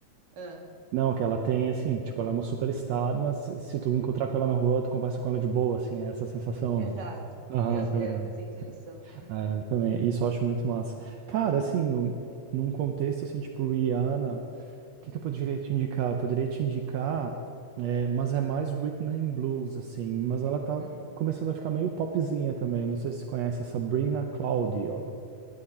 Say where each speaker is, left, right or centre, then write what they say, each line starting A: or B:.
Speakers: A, on the right; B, on the right.
A: ah.
B: Não, que ela tem, assim, tipo, ela é uma superstar, mas se se tu encontrar com ela na rua, tu conversa com ela de boa, assim, é essa sensação,
A: Exato.
B: né? Aham,
A: Eu, eu,
B: tá ligado.
A: eu sinto isso.
B: É, eu também, isso eu acho muito massa. Cara, assim, num, num contexto, assim, tipo, Rihanna, o que que eu poderia te indicar? Eu poderia te indicar, é, mas é mais rhythm and blues, assim, mas ela tá
A: Hum.
B: começando a ficar meio popzinha também, não sei se você conhece a Sabrina Claudio.